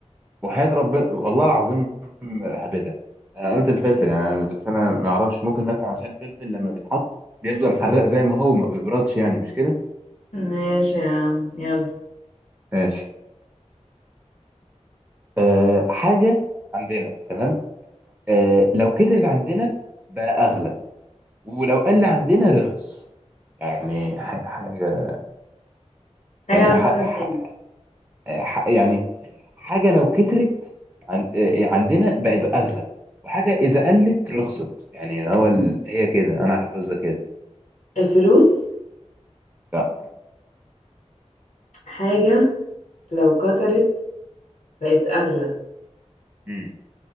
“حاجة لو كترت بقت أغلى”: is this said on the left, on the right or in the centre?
Left